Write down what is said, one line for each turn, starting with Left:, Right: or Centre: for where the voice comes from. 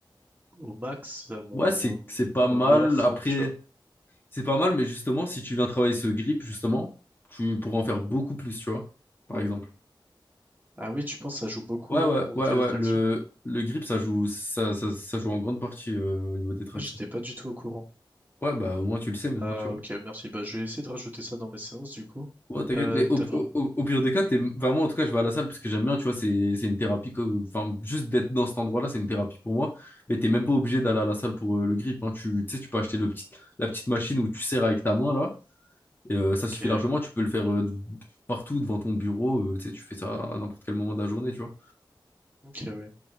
Right: au max à mon
Left: Ouais, c'est c'est pas
Right: à ma
Left: mal.
Right: meilleure forme,
Left: Après,
Right: tu vois.
Left: c'est pas mal, mais justement, si tu viens travailler ce grip, justement, tu pourras en faire beaucoup plus, tu vois, par exemple.
Right: Ah oui, tu penses que ça joue beaucoup
Left: Ouais,
Right: euh,
Left: ouais,
Right: quand on
Left: ouais,
Right: fait
Left: ouais.
Right: des tractions?
Left: Le, le grip, ça joue, ça, ça, ça joue en grande partie euh, au niveau des tractions.
Right: Ah, j'étais pas du tout au courant.
Left: Ouais, bah au moins tu le sais
Right: Bah
Left: maintenant, tu vois.
Right: ok, merci. Bah je vais essayer de rajouter ça dans mes séances du coup.
Left: Ouais, t'inquiète,
Right: T'as
Left: mais au,
Right: t'as vraiment.
Left: au- au- au pire des cas, t'es... Enfin, moi, en tout cas, je vais à la salle parce que j'aime bien, tu vois, c'est c'est une thérapie. que- Enfin, juste d'être dans cet endroit-là, c'est une thérapie pour moi. Mais t'es même pas obligé d'aller à la salle pour euh, le grip. hein. Tu tu sais, tu peux acheter le petit... la petite machine où tu serres avec ta main, là. Et, euh,
Right: Ok,
Left: ça suffit largement. Tu peux le faire euh, d- partout, devant ton bureau. euh, tu sais, tu fais ça à n'importe quel moment de la journée, tu vois.
Right: ok, ouais.